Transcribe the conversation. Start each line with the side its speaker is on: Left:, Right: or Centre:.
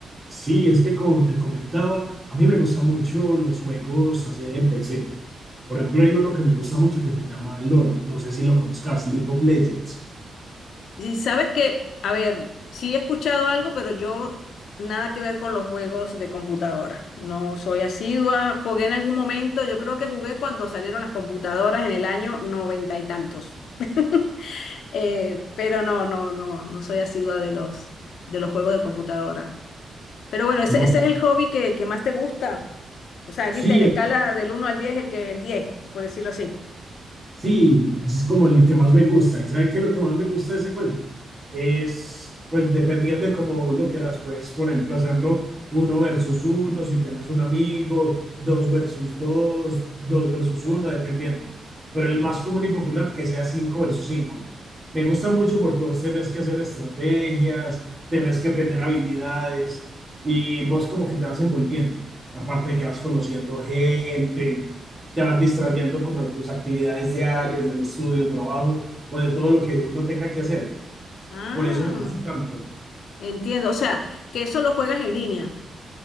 Right: Sí, es que como te comentaba, a mí me gustan mucho los juegos así de PC. Por ejemplo, hay uno que me gusta mucho que se llama LOL. No sé si lo conozcas, League of Legends.
Left: Y sabes que, a ver, sí he escuchado algo, pero yo nada que ver con los juegos de computadora. No soy asidua, jugué en algún momento, yo creo que jugué cuando salieron las computadoras en el año noventa y tantos. <laughs> Eh, pero no, no, no, no soy asidua de los, de los juegos de computadora. Pero bueno, ese,
Right: ¿no?
Left: ese es el hobby que, que más te gusta. O sea,
Right: Sí.
Left: viste, en escala del uno al 10 el que el 10 por decirlo así.
Right: Sí, ese es como el que más me gusta. ¿Y sabe qué es lo que más me gusta de ese juego? Es, pues dependiendo de cómo vos lo quieras, puedes, por ejemplo, hacerlo uno versus uno, si tenés un amigo, dos versus dos, dos versus uno, dependiendo. Pero el más común y popular que sea cinco versus cinco. Me gusta mucho porque vos tenés que hacer estrategias, tenés que tener habilidades y vos como que te vas envolviendo. Aparte de que vas conociendo gente, te vas distrayendo como de tus actividades diarias, del estudio, trabajo o de todo lo que uno tenga que hacer.
Left: Ah,
Right: Por eso me gusta tanto.
Left: entiendo. O sea, que eso lo juegas en línea.